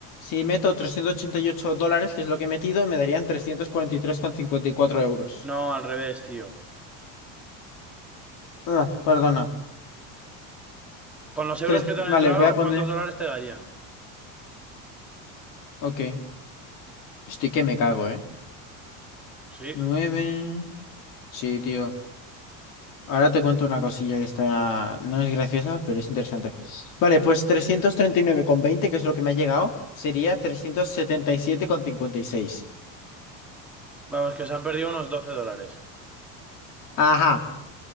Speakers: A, on the left (about 55°); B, in the centre.
A: si meto 388 dólares, que es lo que he metido, me darían trescientos cuarenta y y tres coma cincuenta y cuatro euros.
B: No, al revés, tío.
A: Ah, perdona.
B: Con los euros
A: Tres,
B: que te
A: vale,
B: han entrado,
A: voy a poner.
B: ¿cuántos dólares te darían?
A: Ok. Estoy que me cago, ¿eh?
B: Sí.
A: Nueve. Sí, tío. Ahora te cuento una cosilla que está. No es graciosa, pero es interesante. Vale, pues trescientos treinta y nueve coma veinte, que es lo que me ha llegado, sería trescientos setenta y y siete coma cincuenta y seis.
B: Vamos, que se han perdido unos doce dólares.
A: Ajá.